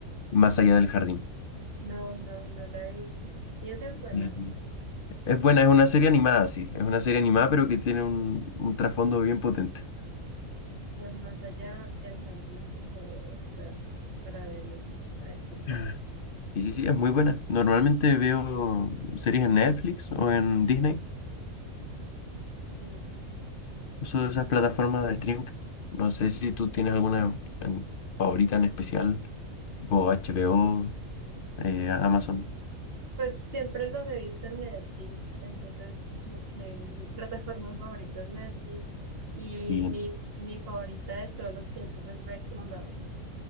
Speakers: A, on the left; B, on the right.
A: Más allá del jardín.
B: No, no, no la he visto. Y esa es buena.
A: Ujú. Es buena, es una serie animada, sí. Es una serie animada, pero que tiene un, un trasfondo bien potente.
B: Pues más allá del jardín, voy a buscar para verlo, a ver qué tal.
A: Ah, Sí, sí, sí, es muy buena. Normalmente veo series en Netflix o en Disney,
B: Sí.
A: uso esas plataformas de streaming. No sé si tú tienes alguna en- favorita en especial. tipo H HBO, eh, Amazon.
B: Pues siempre lo he visto en Netflix, entonces como que mi plataforma favorita es Netflix y
A: Sí.
B: mi, mi favorita de todos los tiempos es Breaking Bad.